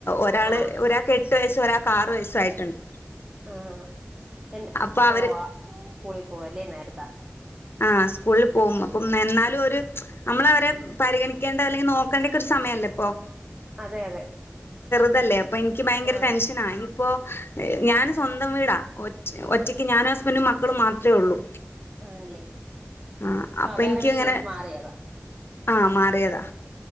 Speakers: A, on the left; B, on the right.
A: ഒരാള്
B: ആ
A: ഒരാൾക്ക് എട്ട് വയസ് ഒരാൾക്ക് ആറു വയസ്സു ആയിട്ടുണ്ട്
B: ആഹ് എ
A: അപ്പൊ അവര്
B: ആ സ്കൂളിൽ പോവല്ലേ നേരത്താ
A: ആ സ്കൂളിൽ പോവും അപ്പം എന്നാലും ഒരു നമ്മള് അവരെ പരിഗണിക്കേണ്ട അല്ലെങ്കിൽ നോക്കേണ്ടക്കെ ഒരു സമയല്ല അല്ലപ്പോ
B: അതെ അതെ
A: അതല്ലേ അപ്പ എനിക്ക് ഭയങ്കര
B: ആ
A: ടെൻഷനാ ഇനിയിപ്പോ ഞാാന് സ്വന്തം വീടാ ഒ ഒറ്റയ്ക്ക് ഞാനും ഹസ്ബൻറും മക്കളും മാത്രമേ ഉള്ളൂ
B: ആല്ലേ
A: ആഹ് അപ്പൊ
B: ആ വേറെ
A: എനിക്കിങ്ങനെ
B: വീട് എടുത്ത് മാറിയാതാ
A: ആഹ് മാറിയതാ